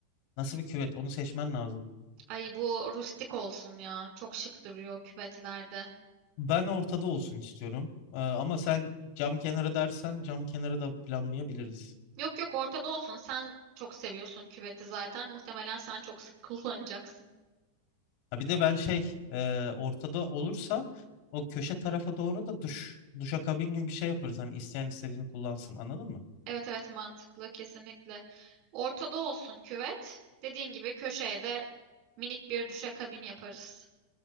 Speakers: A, on the left (about 55°); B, on the right (about 50°).
A: Nasıl bir küvet? Onu seçmen lazım.
B: Ay bu rustik olsun ya. Çok şık duruyor küvetlerde.
A: Ben ortada olsun istiyorum. Ee, ama sen cam kenarı dersen cam kenarı da planlayabiliriz.
B: Yok yok ortada olsun. Sen çok seviyorsun küveti zaten. Muhtemelen sen çok sık <laughs> kullanacaksın.
A: Ha, bir de ben şey e, ortada olursa o köşe tarafa doğru da duş duşakabin gibi bir şey yaparız. Hani isteyen istediğini kullansın. Anladın mı?
B: Evet evet mantıklı kesinlikle. Ortada olsun küvet. Dediğin gibi köşeye de minik bir duşakabin yaparız.